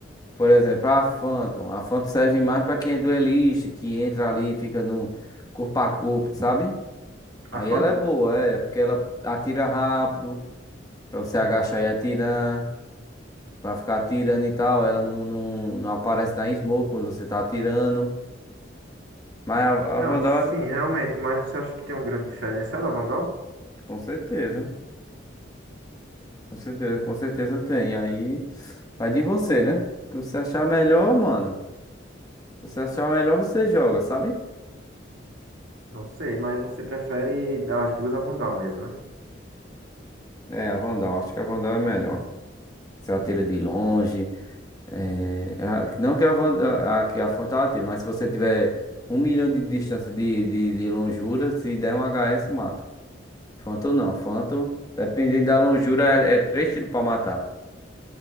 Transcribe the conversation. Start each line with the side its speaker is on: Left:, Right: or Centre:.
Left: por exemplo, a Phantom. A Phantom serve mais pra quem é duelista, que entra ali e fica no corpo a corpo, sabe? Aí
Right: A Phantom?
Left: ela é boa, é, porque ela atira rápido, pra você agachar e atirar, pra ficar atirando e tal. Ela não, não, não aparece na smoke quando você tá atirando. Mas a,
Right: Não,
Left: a Vandal,
Right: sim, realmente. Mas você acha que tem um grande diferencial a Vandal?
Left: com certeza, com certeza, com certeza tem. aí vai de você, né? O que você achar melhor, mano. Se você achar melhor, você joga, sabe?
Right: Não sei, mas você prefere dar as duas a Vandal mesmo, né?
Left: É, a Vandal, acho que a Vandal é melhor. Se atira de longe. é, a- Não que a, Vandal, a, que a Fanta ela mas se você tiver um milhão de distância de, de, de longura, se der um HS, mata. Phantom não, Phantom, dependendo da longura, é, é três tiros pra matar.